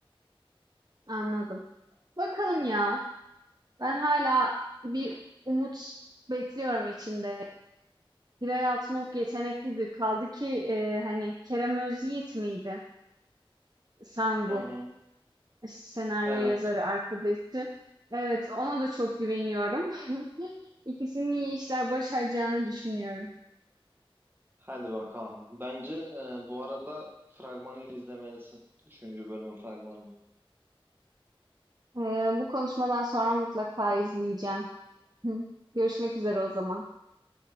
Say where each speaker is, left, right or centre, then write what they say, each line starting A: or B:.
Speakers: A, on the right; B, on the right.
A: Anladım. Bakalım ya. Ben hala bir umut bekliyorum içimde. Hilal Altınok yeteneklidir. Kaldı ki e, hani Kerem Özyiğit miydi? Sangu
B: hı hı.
A: senaryo
B: Evet.
A: yazarı arkadaşı. Evet, ona da çok güveniyorum. <laughs> İkisinin iyi işler başaracağını düşünüyorum.
B: Hadi bakalım. Bence e, bu arada fragmanı izlemelisin. Üçüncü bölümün fragmanını.
A: E, bu konuşmadan sonra mutlaka izleyeceğim. <laughs> Görüşmek üzere o zaman.